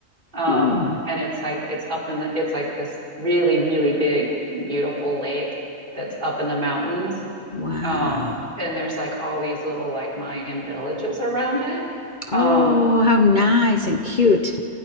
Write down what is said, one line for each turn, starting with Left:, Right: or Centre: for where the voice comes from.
Right: um,
Left: Hmm.
Right: and it's like it's up in the it's like this really really big beautiful lake that's up in the mountains,
Left: Wow.
Right: um, and there's like all these little like Mayan villages around it. Um,
Left: Oh, how nice and cute.